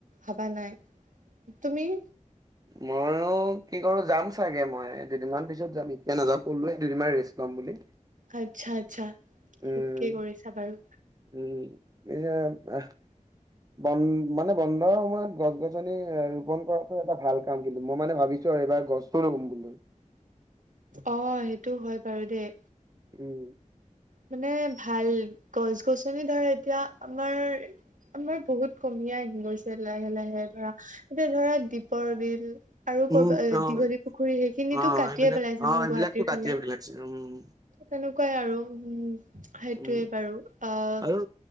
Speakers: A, on the right; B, on the right.
A: ভাবা নাই। তুমি?
B: মইয়ো কি কৰো যাম চাগে মই দুদিনমান পিছত যাম এতিয়া নাযাও ক'লোৱে দুদিনমান ৰেষ্ট ল'ম বুলি।
A: আচ্ছা আচ্ছা। ঠিকেই
B: উম।
A: কৰিছা বাৰু
B: উম, এইয়া আ বন মানে বন্ধ সময়ত গছ-গছ গছনি ৰোপন কৰাটো এটা ভাল কাম কিন্তু। মই মানে ভাবিছো আৰু এইবাৰ গছো ৰুম বুলি।
A: অ সেইটো হয় বাৰু দেই।
B: উম।
A: মানে ভাল গছ-গছনি ধৰা এতিয়া আমাৰ আমাৰ বহুত কমিয়ে আহি গৈছে লাহে লাহে ধৰা। এতিয়া ধৰা দীপৰ বিল আৰু ক'ৰবাত
B: উম, অ',
A: দীঘলী পুখুৰী সেইখিনিটো
B: অ',
A: কাটিয়ে
B: এইবিলাক
A: পেলাইছে
B: অ
A: ন
B: সেইবিলাকটো
A: গুৱাহাটীৰ
B: কাটিয়ে
A: ফালে
B: পেলাইছে উম।
A: তেনেকুৱাই আৰু উম। সেইটোৱে
B: উম
A: বাৰু আহ
B: আৰু